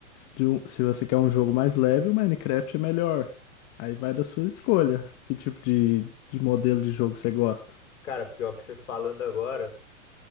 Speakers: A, on the left; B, on the left.
A: de um- se você quer um jogo mais leve, o Minecraft é melhor. Aí vai da sua escolha. Que tipo de, de modelo de jogo você gosta?
B: cara, pior que você falando agora.